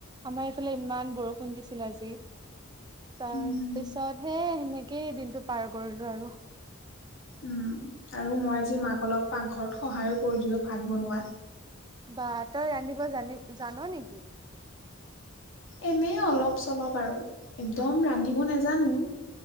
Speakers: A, on the right; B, on the left.
A: আমাৰ এইফালে ইমান বৰষুণ দিছিল আজি। তাৰ
B: উম
A: পিছত হে সেনেকেই দিনটো পাৰ কৰিলো আৰু।
B: উম। আৰু মই আজি মাক অলপ পাকঘৰত সহায়ো কৰি দিলো ভাত বনোৱা।
A: বা তই ৰান্ধিব জানি জান নেকি?
B: এনেই অলপ চলপ আৰু একদম ৰান্ধিব নাজানো।